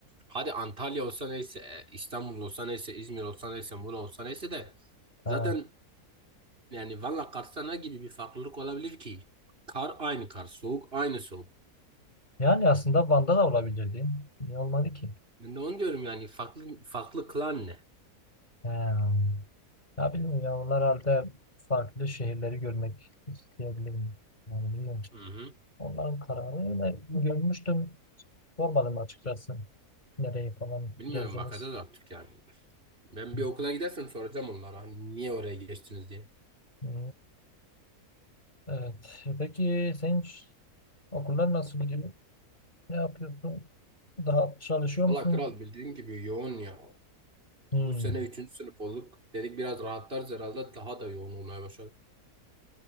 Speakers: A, on the right; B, on the left.
A: hadi Antalya olsa neyse, e, İstanbul olsa neyse, İzmir olsa neyse, Muğla olsa neyse de
B: Ha.
A: zaten yani Van'la Kars'ta ne gibi bir farklılık olabilir ki? Kar aynı kar, soğuk aynı soğuk.
B: Yani aslında Van'da da olabilirdi. Niye olmadı ki?
A: Ben de onu diyorum yani farklı farklı kılan ne?
B: He. Ya bilmiyorum ya onlar halde farklı şehirleri görmek isteyebilirim. Yani bilmiyorum.
A: Hı hı.
B: Onların kararı öyle görmüştüm. Sormadım açıkçası. Nereyi falan
A: Bilmiyorum
B: gezdiniz.
A: bakacağız artık yani. Ben
B: Hı.
A: bir okula gidersem soracağım onlara hani niye oraya geçtiniz diye.
B: Hı. Evet. Peki senin ş- Okullar nasıl gidiyor? Ne yapıyorsun? Daha çalışıyor
A: Valla
B: musun?
A: kral bildiğin gibi yoğun ya.
B: Hmm.
A: Bu sene üçüncü sınıf olduk. Dedik biraz rahatlarız herhalde daha da yoğun olmaya başladı.